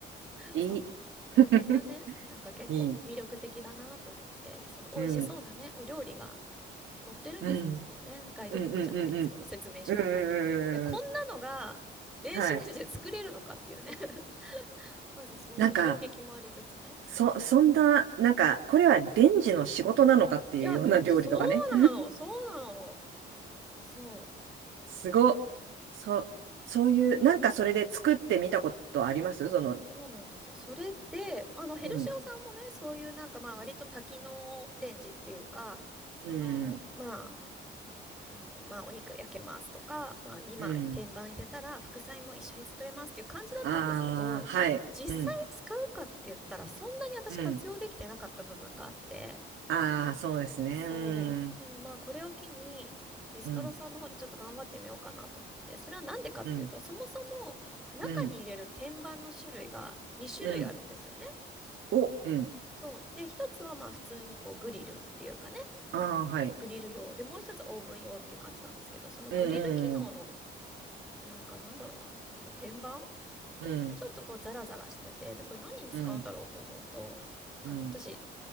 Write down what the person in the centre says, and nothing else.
そう。名前がね、
なんか結構魅力的だなと思って。
で、その美味しそうなね、
お料理が載ってるんですよ。
そのね、ガイドブックじゃないですけど、
説明書とかに。
で、こんなのが電子レンジで作れるのかっていうね。
<laughs> まずそういう衝撃もありつつね。
いや、そうなの、そうなの。そう。
そうなんですよ。それで、あの、ヘルシオさんもね、
そういうなんかまあ割と多機能レンジっていうか、その、
まあ、あの、まあ、お肉焼けますとか、まあ、2枚天板入れたら副菜も一緒に作れますっていう感じだったんですけど、
実際使うかって言ったらそんなに私活用できてなかった部分があって、
そう。
でもまあ、これを機に、ビストロさんの方でちょっと頑張ってみようかなと思って、
それはなんでかっていうと、
そもそも中に入れる天板の種類が2種類あるんですよね。
そう。で、一つはまあ普通にこうグリルっていうかね、
グリル用。で、もう一つはオーブン用っていう感じなんですけど、そのグリル機能の
なんかなんだろうな、その天板
ちょっとこうザラザラしてて、で、これ何に使うんだろうって思うと、
あの、私、